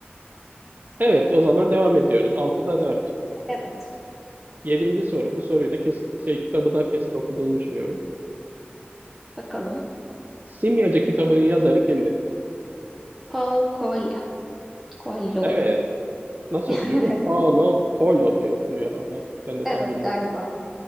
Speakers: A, on the right; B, in the centre.
A: Evet, o zaman devam ediyoruz. 6'da 4.
B: Evet.
A: Yedinci soru. Bu soruyu da kesin, şey, kitabı da kesin okuduğunu düşünüyorum.
B: Bakalım.
A: Simyacı kitabının yazarı kimdir?
B: Paul Coelho. Coelho.
A: Evet. Nasıl
B: <laughs>
A: okunuyor mu? Paulo Coelho diye okunuyor herhalde. artık. Ben de
B: Evet
A: tam bilmiyorum.
B: galiba.